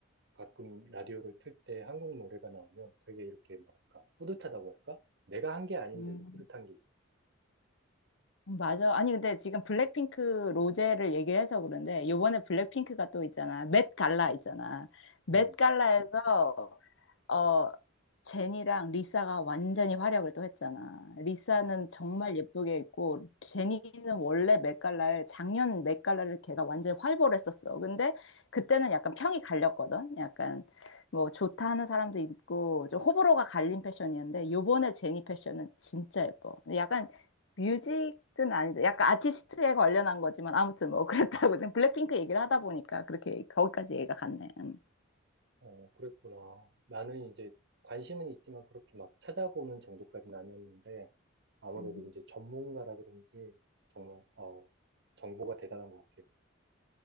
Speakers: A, on the right; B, on the left.
A: 가끔 라디오를 틀 때 한국 노래가 나오면 되게 이렇게 뭐랄까, 뿌듯하다고 할까? 내가 한 게 아닌데도
B: 음.
A: 뿌듯한 게 있어.
B: 맞아. 아니, 근데 지금 블랙핑크 로제를 얘기를 해서 그런데, 요번에 블랙핑크가 또 있잖아. 맷 갈라 있잖아. 맷
A: 음,
B: 갈라에서, 어, 제니랑 리사가 완전히 활약을 또 했잖아. 리사는
A: 아,
B: 정말 예쁘게 입고, 제니는 원래 맷 갈라를, 작년 맷 갈라를 걔가 완전히 활보했었어. 근데 그때는 약간 평이 갈렸거든. 약간 뭐 좋다 하는 사람도 있고, 좀 호불호가 갈린 패션이었는데, 요번에 제니 패션은 진짜 예뻐. 약간 뮤직은 아닌데 약간 아티스트에 관련한 거지만 아무튼 뭐 <laughs> 그랬다고 지금 블랙핑크 얘기를 하다 보니까 그렇게 거기까지 얘기가 갔네. 음.
A: 어, 그랬구나. 나는 이제 관심은 있지만 그렇게 막 찾아보는 정도까지는 아니었는데 아무래도
B: 음.
A: 이제 전문가라 그런지 정말, 어, 정보가 대단한 것 같아.